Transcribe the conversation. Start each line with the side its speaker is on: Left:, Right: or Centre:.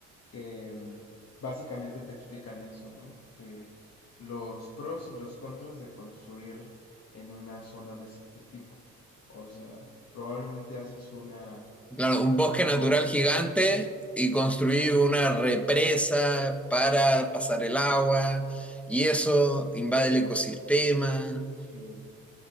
Left: que mm, básicamente te explican eso, ¿no? Que los pros y los contras de construir en una zona de ese tipo. O sea, probablemente haces una,
Centre: Claro, un
Left: eh,
Centre: bosque
Left: un
Centre: natural
Left: mock,
Centre: gigante y
Left: exacto,
Centre: construir una represa para pasar el agua y eso invade el ecosistema.
Left: sí.